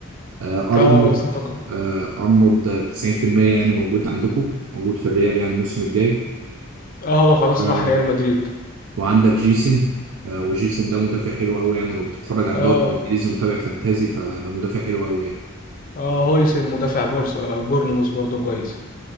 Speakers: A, on the right; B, on the left.
A: آه ارنولد
B: اه صفقة
A: آه ارنولد 90% يعني موجود عندكم موجود في الريال يعني الموسم الجاي
B: اه هو خلاص
A: آه،
B: راح ريال مدريد
A: وعندك جيسن آه، وجيسن ده مدافع حلو قوي يعني لو بتتفرج على
B: اه
A: الدوري الانجليزي ومتابع فانتازي فده مدافع حلو قوي يعني
B: اه هويسن مدافع بورس آه، بورنموث برضه كويس